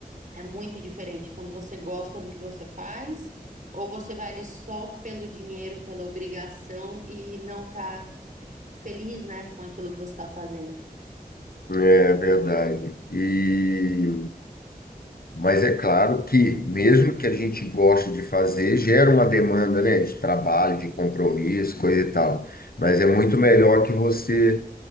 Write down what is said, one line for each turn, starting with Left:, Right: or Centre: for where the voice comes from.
Right: é muito diferente quando você gosta do que você faz, ou você vai ali só pelo dinheiro, pela obrigação e não tá feliz, né, com aquilo que você está fazendo.
Left: É verdade. E Mas é claro que, mesmo que a gente goste de fazer, gera uma demanda, né, de trabalho, de compromisso, coisa e tal. Mas é muito melhor que você